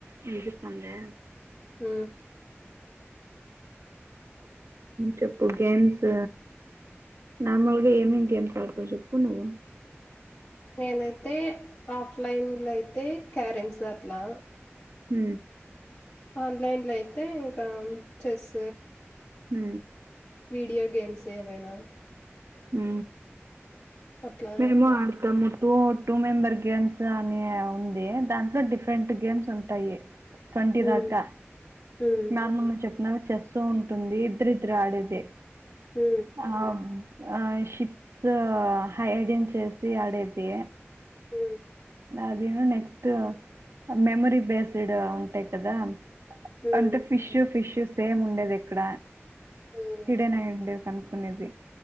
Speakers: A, on the right; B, on the left.
A: వినిపిస్తుందా.
B: ఆ
A: చెప్పు, గేమ్స్ నార్మల్గా ఏమిమీ గేమ్స్ ఆడతావు. చెప్పు నువ్
B: నేనైతే ఆఫ్లైన్ లో అయితే క్యారెమ్స్ అట్లా
A: హ
B: ఆన్లైన్లో అయితే ఇంకా చెస్
A: హ
B: వీడియో గేమ్స్ ఏవైనా
A: అ
B: అట్లా
A: మేము ఆడతాము. టూ <unintelligible> టూ మెంబర్ గేమ్స్ అని ఉంది. దాంట్లో డిఫరెంట్ గేమ్స్ ఉంటాయి. ట్వంటీ
B: ఉమ్
A: దాకా
B: ఉమ్
A: నార్మల్ ను చెప్పినా చేస్తూ ఉంటుంది. ఇద్దరిద్దరు ఆడేది
B: హ
A: ఆ ఆ షిప్స్ హైడిన్ చేసి ఆడేది.
B: హ
A: అదేను నెక్స్ట్ మెమొరీ బేస్డ్ ఉంటాయి. కదా
B: ఉమ్
A: అంటే ఫిష్ ఫిష్ సేమ్ ఉండేది. ఎక్కడ
B: ఉమ్
A: హిడన్ అయండడి కనుకునేది